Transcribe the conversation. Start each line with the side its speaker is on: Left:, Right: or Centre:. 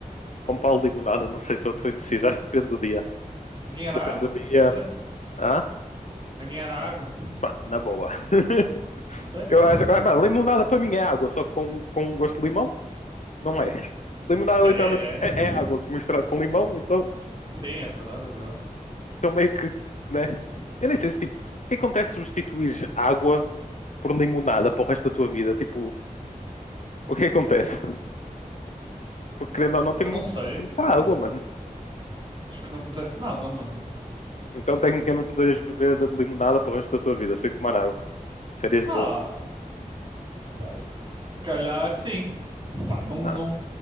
Left: com pau de limonada, não sei, estou indeciso. Acho que depende do dia.
Right: A ganhar
Left: Depende
Right: a água?
Left: do dia.
Right: Sério?
Left: Ah,
Right: A ganhar a água?
Left: pá, na boa. <laughs>
Right: A sério?
Left: Eu acho,
Right: Sim.
Left: ah, pá, limonada para mim é água, só com, com um gosto de limão, não é? Limonada
Right: É,
Left: literalmente
Right: é, é.
Left: é, é água misturada com limão, então,
Right: Sim, é verdade, é verdade.
Left: então meio que, né? Eu nem sei se tipo, o que acontece se substituir água por limonada para o resto da tua vida? Tipo, o que acontece? Porque querendo ou não, tem,
Right: Ah, não sei,
Left: tem
Right: tipo,
Left: muita água, mano.
Right: acho que não acontece nada, mano.
Left: Então tecnicamente poderias beber de limonada para o resto da tua vida sem tomar água. Terias
Right: Ah,
Left: de boa.
Right: Pá, se, se calhar sim. Pá, não,
Left: Ah,
Right: não,